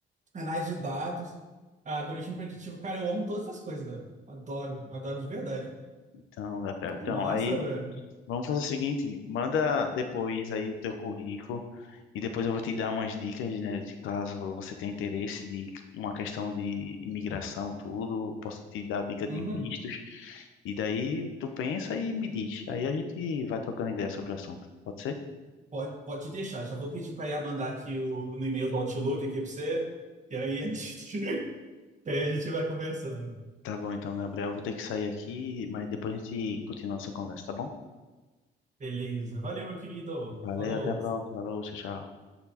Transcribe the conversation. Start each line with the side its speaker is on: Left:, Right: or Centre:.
Right: análise de dados, algoritmo preditivo. Cara, eu amo todas essas coisas, velho. Adoro, adoro de verdade.
Left: Então, Gabriel, então,
Right: Que massa,
Left: aí
Right: velho.
Left: vamos fazer o seguinte, manda depois aí o teu currículo. E depois eu vou te dar umas dicas, né, de caso você tenha interesse de uma questão de imigração, tudo, posso te dar dica
Right: Uhum.
Left: de vistos. E daí tu pensa e me diz. Aí a gente vai trocando ideia sobre o assunto. Pode ser?
Right: Pode, pode deixar. Já vou pedir pra IA mandar aqui o, no e-mail do Outlook aqui pra você. E aí a gente, <laughs> e aí a gente vai conversando.
Left: Tá bom, então, Gabriel, eu vou ter que sair aqui, mas depois a gente continua nossa conversa, tá bom?
Right: Beleza. Valeu, meu querido.
Left: Valeu,
Right: Falou.
Left: até a próxima. Falou, tchau, tchau.